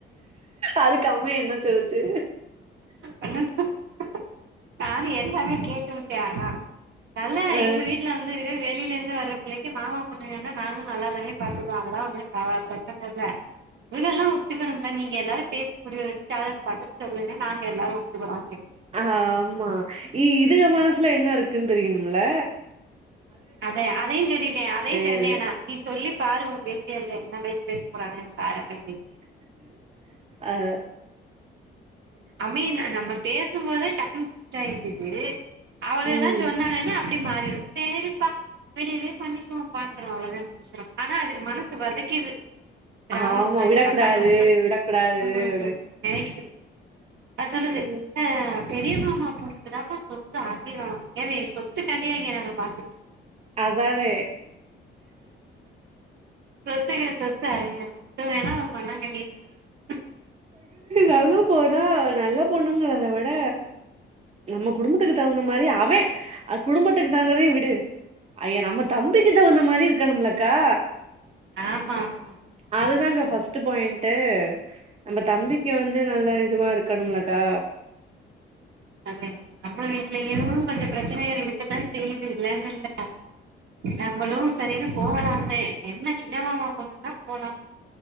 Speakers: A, on the right (about 30°); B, on the right (about 70°).
A: அதுக்கு அம்மா <unintelligible>
B: <unintelligible> நானு எல்லாமே கேட்டுவிட் அ னா நல்ல
A: அ
B: எங்க வீட்ல வந்து வெளிலிந்து வர்ற பிள்ளைக்கு மாமா பொண்ணு நாங நல்லாதானே பாத்துப்போ அவதா வந்து <unintelligible> ம ஒத்துக்கணு நீங்க எல்லாரு பேசி முடிவு <unintelligible> பத்து சொல்லுங்க நாங்க எல்லாரு ஒத்துக்கறோ
A: ஆமா இ இது மனசுல என்ன இருக்குன்னு தெரியனும்ல
B: அத்த அதையு சொல்லட்டே அதையு சொன்ன
A: ஏது
B: நீ சொல்லி பாரு பேதியலுக் என்ன பேச்சு பேச போறங்க பாரு அப்டின்னு சொல்லிட்டே
A: ஆ ஆ
B: அம்மி நா நம்ம பேசும்போதே டக்குன்னு <unintelligible> இது அவன
A: ம்
B: எல்லா சொன்னாங்னா அப்டி மாத் சேரிப்பா வெளிலே பண்ணிபோ பண்றோ அவ்ளோதா விஷ்யோ ஆனா அதுக்கு மனசு வதிக்குது <unintelligible>
A: ஆமா விடக்கூடாது விடக்கூடாது அப்டின்னு
B: அ சொல்லுது
A: ம்
B: ஆ பெர்யமா ம்மா போனதுதாப்ப சொத்து அதிகோ ஏன்டி சொத்துக்காண்டியா இங்க நாங்க பாத்துக்
A: அதானே
B: சொத்துக்க சொத்து ஆயி த்து வேணா மண்ணாகட்டியு வேணா
A: நல்லா போனா நல்ல பொண்ணுங்கிறதவிட நம்ம குடும்பத்துக்கு தகுந்த மாரி அவ்வே குடும்பத்துக்கு தகுந்ததையு விடு அய்யே நம்ம தம்பிக்கு தகுந்த மாரி இருக்கணுமல்லகா
B: ஆமா ஆமா
A: அதுதாங்க
B: ம்
A: ஃபஸ்ட் பாயிண் ட்டு நம்ம தம்பிக்கு வந்து நல்ல இதுவா இருக் க்கனுமல்லக்கா
B: <unintelligible> நம்ப வீட்லயு கொஞ்சோ பிரச்சனைகள் இருக்கதா செய்து இல்லணு இல்ல நம்மளு செரின்னு போகலாதே என்ன சின்னமாவா போணாதா போலா